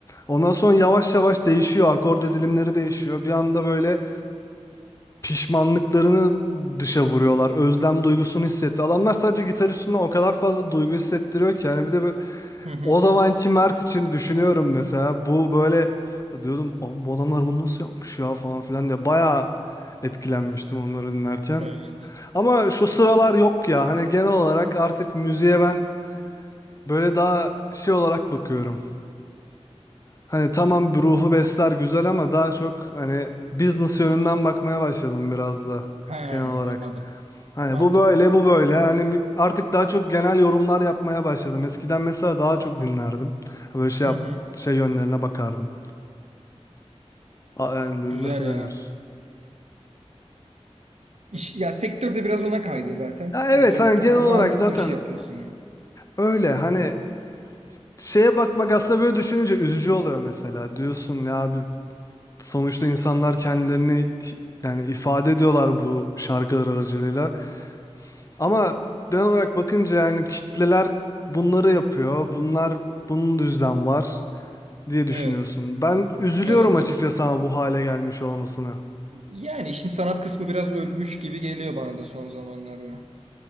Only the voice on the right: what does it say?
Hı hı.
Evet.
He,
anladım.
Mantıklı.
Hı
hı.
Güzel
ya. İş, ya sektörde biraz ona kaydı zaten.
Bence
doğru
mantıklı
bir şey yapıyorsun yani.
Evet.
Evet
evet.
Yani işin sanat kısmı biraz ölmüş gibi geliyor bana da son zamanlarda.